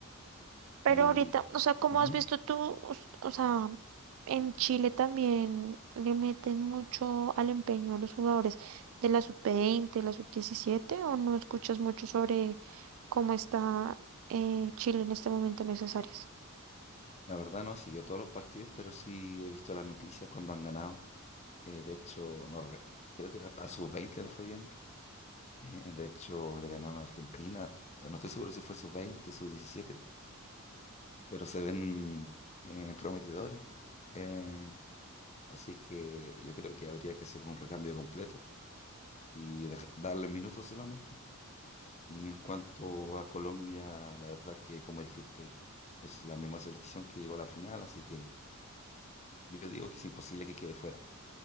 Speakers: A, on the right; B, on the left.
A: Pero
B: Y
A: ahorita, o sea, como
B: ujú,
A: has visto tú, o, s- o sea, en Chile también le meten mucho al empeño a los jugadores de la sub veinte, la sub diecisiete, o no escuchas mucho sobre cómo está eh, Chile en este momento en esas áreas.
B: la verdad no he seguido todos los partidos, pero sí he visto las noticias cuando han ganado. Eh, de hecho, no, re- creo que era- a sus 20 le fue bien. Eh, de hecho, le ganaron a Argentina. No estoy seguro si fue sub 20 sub 17 pero se ven eh, prometedores. Eh, así que yo creo que habría que hacer un recambio completo y dej- darle minutos solamente. Y en cuanto a Colombia, la verdad es que, como dijiste, es la misma selección que llegó a la final, así que yo digo que es imposible que quede fuera.